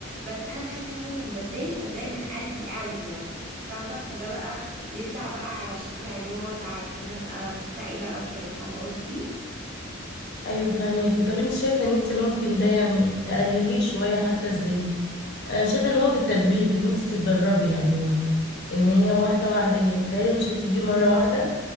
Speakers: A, on the right (about 40°); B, on the left (about 55°).
A: بس انا بحس ان انا لما بتضايق بتضايق من قلبي قوي يعني فاهمه فده بقى بيطلع بقى على شكل عياط على ان انا ابقى مكتئبة او كده فاهمة قصدي
B: ايوه فهمك طب انت شايفة ان انت ممكن ده يعني تقلليه شوية حتى ازاي انا شايفة ان هو بالتدريب ان انت تتدربي يعني ان هي واحدة واحدة يعني بتهيألي مش هتيجي مرة واحدة